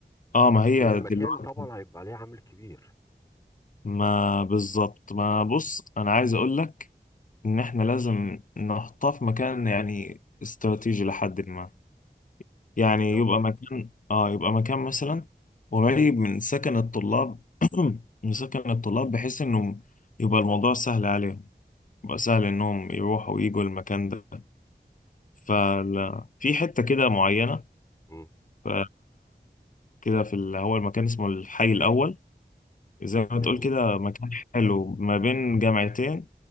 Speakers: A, on the left (about 50°); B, on the left (about 20°).
A: اه
B: بس
A: ما هي
B: المكان
A: دلوقتي
B: طبعا هيبقى عليه عامل كبير
A: ما بالظبط ما بص انا عايز اقول لك ان احنا لازم نحطها في مكان يعني استراتيجي لحد ما يعني
B: بالظبط
A: يبقى مكان اه يبقى مكان مثلا قريب من سكن الطلاب <clears throat> من سكن الطلاب بحيث انه يبقى الموضوع سهل عليهم يبقى سهل انهم يروحوا ويجوا المكان ده ففي حتة كده معينة
B: مم،
A: ف- كده في ال- هو المكان اسمه الحي الأول زي ما تقول
B: جميل
A: كده مكان حلو ما بين جامعتين